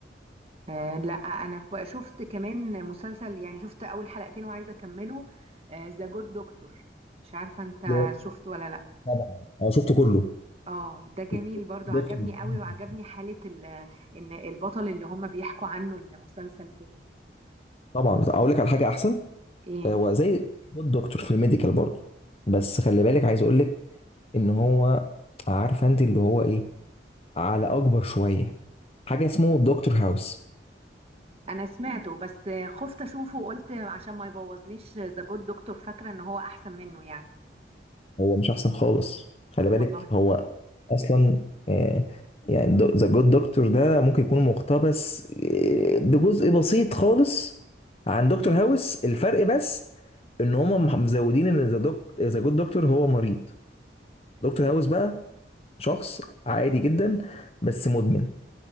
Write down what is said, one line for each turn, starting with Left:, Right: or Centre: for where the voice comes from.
Right: آه لا انا ف- شفت كمان مسلسل يعني شفت اول حلقتين وعايزة اكمله ذا جود دكتور مش عارفة انت
Left: جامد
Right: شفته ولا لا
Left: طبعا انا شفته كله
Right: اه ده جميل
Left: <laughs>
Right: برضو عجبني قوي وعجبني حالة ال ان البطل اللي هم بيحكوا عنه المسلسل كله
Left: طبعا بس اقول لك على حاجه احسن
Right: ايه
Left: آه، هو زي الدكتور في الميديكال برضه بس خلي بالك عايز اقول لك ان هو عارفه انت اللي هو ايه على اكبر شويه حاجه اسمه دكتور هاوس
Right: انا سمعته بس آه، خفت اشوفه وقلت عشان ما يبوظليش ذا جود دكتور فاكرة ان هو احسن منه يعني
Left: هو مش احسن خالص خلي
Right: والله
Left: بالك هو اصلا آه، يعني ذا جود دكتور ده ممكن يكون مقتبس آه، بجزء بسيط خالص عن دكتور هاوس الفرق بس ان هم مح- مزودين ان ذا دوك ذا جود دكتور هو مريض دكتور هاوس بقى شخص عادي جدا بس مدمن